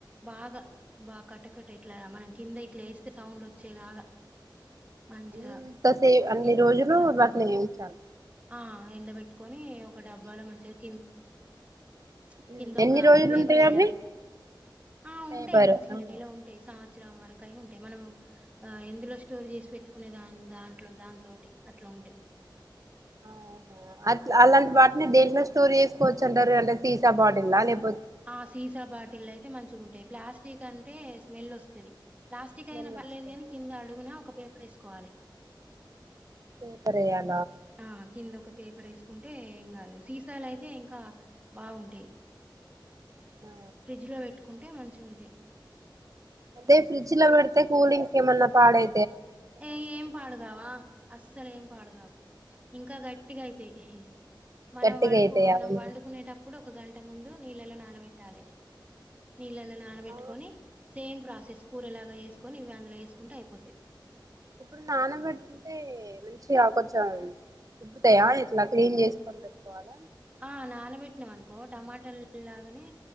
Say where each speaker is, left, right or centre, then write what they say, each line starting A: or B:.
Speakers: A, on the right; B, on the right.
A: బాగా బాగా కట్టకట్ట ఇట్ల మనం కింద ఇట్ల ఎస్తే సౌండ్ వచ్చేలాగా మంచిగా
B: అంత సే అన్ని
A: ఎండబెట్టుకోవాలి
B: రోజులు వాటిని ఉంచాల
A: ఆ ఎండ పెట్టుకొని ఒక డబ్బాలో మంచిగా కీన్ ఉచ్
B: ఉమ్,
A: కిందొక
B: ఎన్ని రోజులు
A: వేపర్
B: ఉంటాయి
A: ఎయ్యాలి
B: అవి
A: ఆ ఉంటాయి
B: పేపర్
A: మంచిగానే
B: ఆహా
A: నిల్వ ఉంటాయి సమస్ త్సరం వరకైనా ఉంటాయి మనం ఎందులో స్టోర్ చేసి పెట్ పెట్టుకునే దాన్ దాన్ దాంట్లో దాని తొటి అట్ల ఉంటది
B: ఆహా అట్ల అలాంటి వాటిని దేంట్లో స్టోర్ చేసుకోవచ్చు అంటారు అంటే సీసా బాటిల్ లా లె
A: ఆ సీసా బాటిల్ అయితే మంచిగా ఉంటాయి ప్లాస్టిక్ అంటే స్మెల్ వస్తది ప్లాస్టిక్
B: స్మెల్
A: అయినా పర్వాలేదు
B: వస్తుంది
A: కానీ కింద అడుగున ఒక పేపర్ వేసుకోవాలి
B: పేపర్ ఎయ్యాల
A: ఆ కింద ఒక పే పేపర్ వేసుకుంటే ఏం కాదు సీసాలు అయితే ఇంకా బాగుంటాయి
B: ఆ.
A: ఫ్రిడ్జ్లో పెట్టుకుంటే మంచి గా ఉంటాయి
B: అదే ఫ్రిడ్జ్లో పెడితే కూలింగ్ కి ఏమన్నా పాడై
A: ఏ ఏం పాడుగావా అస్సలు ఏం పాడుగావు ఇంకా గట్టిగా అయితాయి ఇషి మనం
B: గట్టిగా
A: వడుకో
B: అయితాయి
A: మనం
B: అవును
A: వండుకునేటప్ ఇప్పుడు ఒక గంట ముందు నీళ్ళలో నానబెట్టాలి నీళ్లలో నానబెట్టుకుని
B: ఆ
A: సేమ్ ప్రాసెస్ కూర లాగా చేసుకుని ఇవి అందులో వేసుకుంటే అయిపోతది
B: ఇప్పుడు నానబేట్టింటే మంచిగా కొంచెం ఉబ్బుతాయ ఇట్ల క్లీన్ చేసుకొని పెట్టుకోవాలా
A: ఆ నానబెట్టినావు అనుకో టమోటాల లాగానే